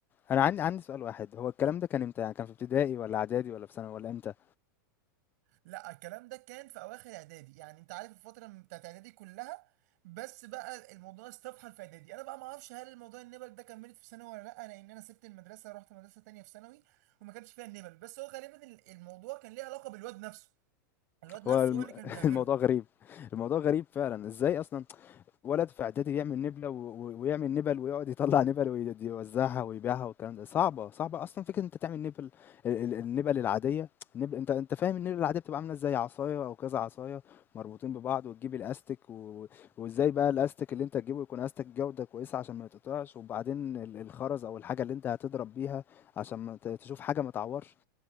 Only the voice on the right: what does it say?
لا الكلام ده كان في اواخر اعدادي يعني انت عارف الفتره بتاعت اعدادي كلها بس بقى الموضوع استفحل في اعدادي انا بقى ما اعرفش هل الموضوع النبل ده كملت في ثانوي ولا لا لان انا سبت المدرسه رحت مدرسه تانية في ثانوي وما كانش فيها النبل بس هو غالبا ال- الموضوع كان ليه علاقه بالواد نفسه الواد نفسه
هو اللي كان
بيعمله